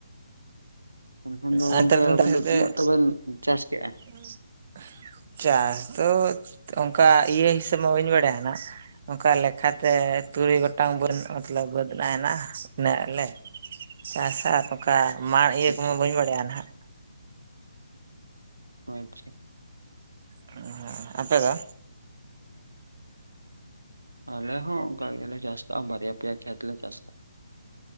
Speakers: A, on the right; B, on the right.
A: ᱮᱱᱠᱷᱟᱱ ᱫᱚ
B: ᱟᱨ
A: ᱜᱚᱝᱠᱮ
B: ᱱᱮᱛᱟᱨ ᱫᱤᱱ
A: ᱟᱵᱮᱱ
B: <unintelligible>
A: ᱫᱚ ᱛᱤᱱᱟᱹᱜ ᱛᱚᱵᱮᱱ ᱪᱟᱥ ᱠᱮᱜᱼᱟ?
B: ᱪᱟᱥ ᱫᱚ ᱚᱱᱠᱟ ᱤᱭᱟᱹ ᱦᱤᱥᱟᱹᱵᱽ ᱢᱟ ᱵᱟᱹᱧ ᱵᱟᱲᱟᱭᱟ ᱱᱟᱜ ᱱᱚᱝᱠᱟ ᱞᱮᱠᱷᱟ ᱛᱮ ᱛᱩᱨᱩᱭ ᱜᱚᱴᱟᱝ ᱵᱟᱹᱫᱽ ᱱᱟᱜ ᱢᱚᱛᱞᱚᱵᱽ ᱵᱟᱹᱫᱽ ᱱᱟᱜ ᱢᱮᱱᱟᱜᱼᱟ <unintelligible> ᱪᱟᱥ ᱟᱨ ᱱᱚᱝᱠᱟ <unintelligible> ᱤᱭᱟᱹ
A: ᱟᱪᱪᱷᱟ
B: ᱠᱚᱢᱟ ᱵᱟᱹᱧ ᱵᱟᱲᱟᱭᱟ ᱱᱷᱟᱜ
A: ᱚ ᱟᱪᱪᱷᱟ
B: <unintelligible> ᱟᱯᱮ ᱫᱚ
A: ᱟᱞᱮ ᱦᱚ ᱚᱱᱠᱟ ᱜᱮᱞᱮ ᱪᱟᱥ ᱮᱫᱟ ᱵᱟᱨᱭᱟ ᱯᱮᱭᱟ ᱠᱷᱮᱛ ᱞᱮ ᱪᱟᱥ ᱮᱫᱟ